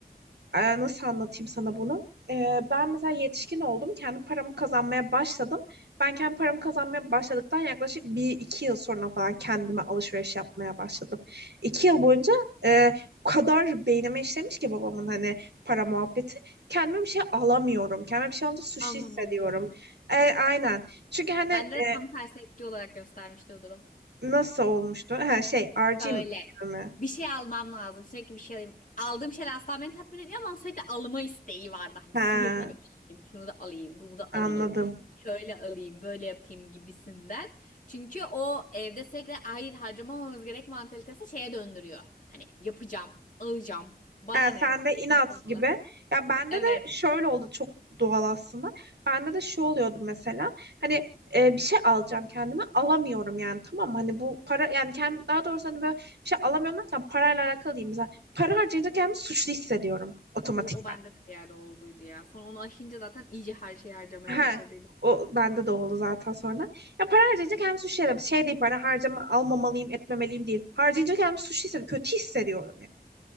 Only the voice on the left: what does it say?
Almamam
gerek.
Bende de tam tersi etki olarak göstermişti o durum.
Böyle
bir şey almam lazım. Sürekli bir şey alayım. Aldığım şeyler asla beni tatmin etmiyor ama sürekli alma isteği vardı. Hani
sürekli bir alayım. Şunu da alayım. Bunu da
alayım. Şöyle alayım. Böyle yapayım gibisinden. Çünkü o evde sürekli hayır harcamamamız gerek mantalitesi şeye döndürüyor. Hani yapacağım. Alacağım. Bana
ne?
Benim
ne olmalı?
Evet.
O, o bende de bir yerde olduydu ya. Sonra onu aşınca zaten iyice her şeyi harcamaya
başladıydım.